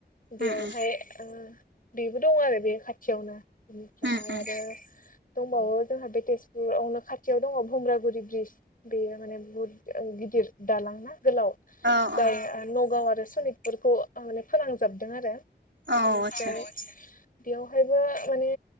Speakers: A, on the left (about 50°); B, on the right (about 85°).
A: बेयाव
B: उम उम
A: फाय ओम बेबो दं आरो बे खाथियावनो बेनिफ्राय
B: उम उम
A: आरो दंबावो जोंहा बे तेजपुरावनो खाथियाव दङ बुमब्रागुरि ब्रिज बेयो माने बुहुत ओ गिदिर दालां ना गोलाव
B: औ औ
A: जाय नगाव आरो सनितपुरखौ माने फोनां जाबदों आरो
B: औ
A: बिनिफ्राय
B: आतसा
A: बेयावहायबो माने